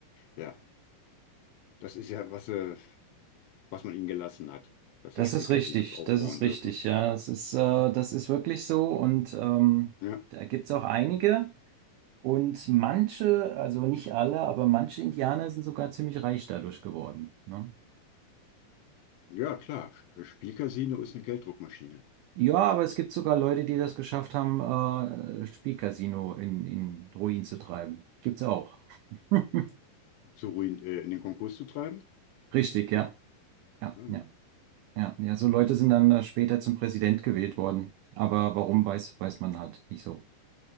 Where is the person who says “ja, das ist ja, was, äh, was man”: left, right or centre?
Left